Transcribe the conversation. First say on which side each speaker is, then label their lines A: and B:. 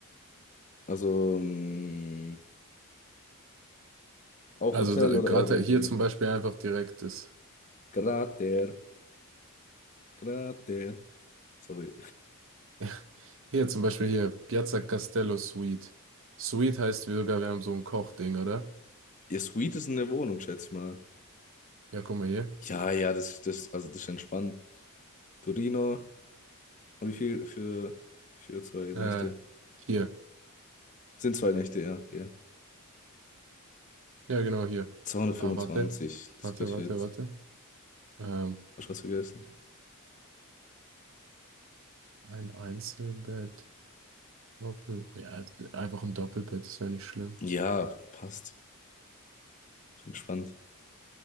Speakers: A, on the left; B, on the right.
A: Also, mh, auch
B: Also
A: Hotel
B: da-
A: oder
B: gerade
A: Airbnb.
B: hier zum Beispiel einfach direkt ist.
A: Grater. Grater. Sorry.
B: <laughs> Hier zum Beispiel hier, Piazza Castello Suite. Suite heißt sogar, wir haben so ein Kochding, oder?
A: Ihr Suite ist eine Wohnung, schätze ich mal.
B: Ja, guck mal hier.
A: Ja, ja, das, das, also das ist entspannt. Torino. Und wie viel für, für zwei
B: Äh,
A: Nächte?
B: hier.
A: Sind zwei Nächte, ja. ja
B: Ja, genau hier.
A: zweihundertfünfundzwanzig
B: Ah, warte.
A: das
B: Warte,
A: geht für
B: warte,
A: jetzt.
B: warte. Ähm,
A: Hast du was vergessen?
B: ein Einzelbett. Doppel. Ja, einfach ein Doppelbett ist ja nicht schlimm.
A: Ja, passt. Entspannt.